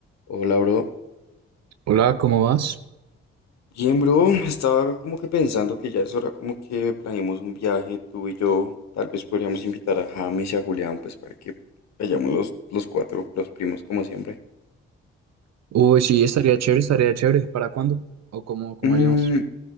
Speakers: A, on the left; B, on the right.
A: Hola, bro.
B: Hola, ¿cómo vas?
A: Bien, bro. Estaba como que pensando que ya es hora como que planeemos un viaje, tú y yo. Tal vez podríamos invitar a James y a Julián, pues para que vayamos los, los cuatro, los primos, como siempre.
B: Uy, sí, estaría chévere, estaría chévere. ¿Para cuándo? ¿O cómo, cómo
A: Mm,
B: haríamos?